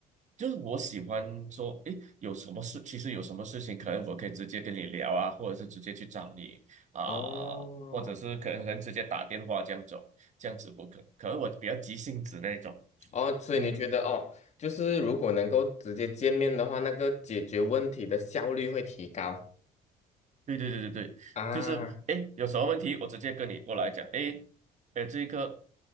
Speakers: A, on the right (about 45°); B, on the left (about 40°).
A: 就是我喜欢说，诶，有什么事，其实有什么事情，可能我可以直接跟你聊啊，或者是直接去找你啊、
B: 哦。
A: 或者是可能可能直接打电话这样走，这样子我可可能我比较急性子那种，
B: 哦，所以你觉得哦，
A: 嗯。
B: 就是如果能够直接见面的话，那个解决问题的效率会提高
A: 对对对对对，
B: 啊
A: 就是哎，诶有什么问题我直接跟你过来讲，哎，哎，这个